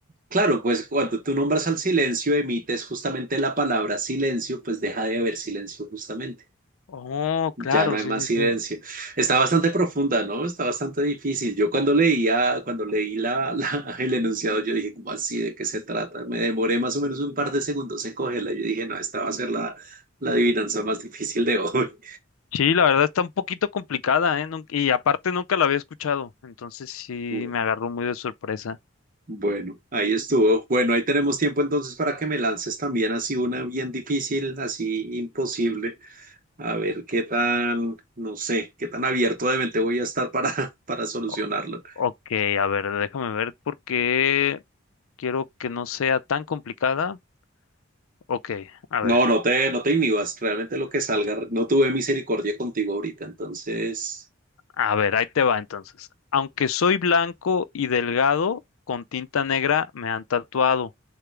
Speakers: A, on the right (about 40°); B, on the left (about 80°).
A: Claro, pues cuando tú nombras al silencio, emites justamente la palabra silencio, pues deja de haber silencio justamente.
B: Oh,
A: Ya
B: claro,
A: no hay
B: sí,
A: más
B: sí,
A: silencio.
B: sí.
A: Está bastante profunda, ¿no? Está bastante difícil. Yo cuando leía, cuando leí la, la- <laughs> el enunciado, yo dije, ¿cómo así? ¿De qué se trata? Me demoré más o menos un par de segundos en cogerla. Yo dije, no, esta va a ser la, la adivinanza más difícil de hoy.
B: Sí, la verdad está un poquito complicada, ¿eh? Nun- Y aparte nunca la había escuchado, entonces sí
A: <laughs>
B: me agarró muy de sorpresa.
A: Bueno, ahí estuvo. Bueno, ahí tenemos tiempo entonces para que me lances también así una bien difícil, así imposible. A ver qué tan, no sé, qué tan abierto de mente voy a estar para, <laughs> para solucionarlo.
B: O- ok, a ver, déjame ver por qué quiero que no sea tan complicada. Ok, a
A: No,
B: ver,
A: no te, no te inhibas, realmente lo que salga, no tuve misericordia contigo ahorita, entonces,
B: a ver, ahí te va entonces. Aunque soy blanco y delgado, con tinta negra me han tatuado.